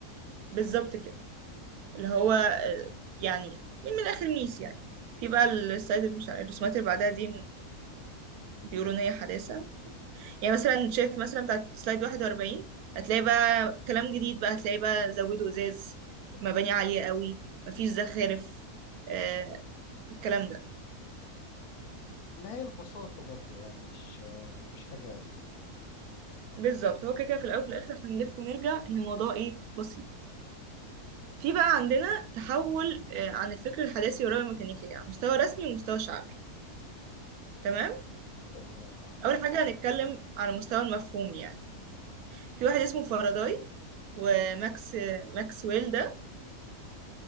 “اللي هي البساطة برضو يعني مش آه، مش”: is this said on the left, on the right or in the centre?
Left